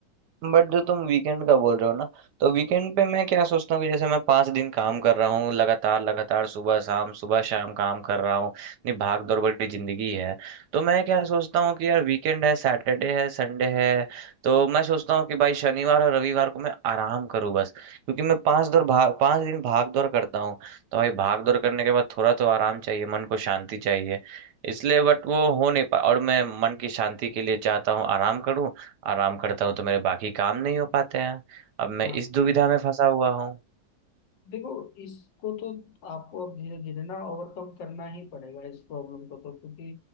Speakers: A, on the right; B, on the left.
A: बट जो तुम वीकेंड का बोल रहे हो ना तो वीकेंड पे मैं क्या सोचता हूँ कि जैसे मैं पांच दिन काम कर रहा हूँ लगातार लगातार सुबह शाम सुबह शाम काम कर रहा हूँ इतनी भाग दौड़ भरी जिंदगी है तो मैं क्या सोचता हूँ कि यार वीकेंड है सैटरडे है संडे है तो मैं सोचता हूँ कि भाई शनिवार और रविवार को मैं आराम करूँ बस क्योंकि मैं पांच दौर भाग पांच दिन भाग दौड़ करता हूँ तो भाई भाग दौड़ करने के बाद थोड़ा तो आराम चाहिए मन को शांति चाहिए इसलिए बट वो हो नहीं पा और मैं मन की शांति के लिए चाहता हूँ आराम करूँ आराम करता हूँ तो मेरे बाकी काम नहीं हो पाते हैं अब मैं
B: हाँ
A: इस दुविधा में फंसा हुआ हूँ <laughs>
B: देखो इसको तो आपको अब धीरे धीरे ना ओवरकम करना ही पड़ेगा इस प्रॉब्लम को तो क्योंकि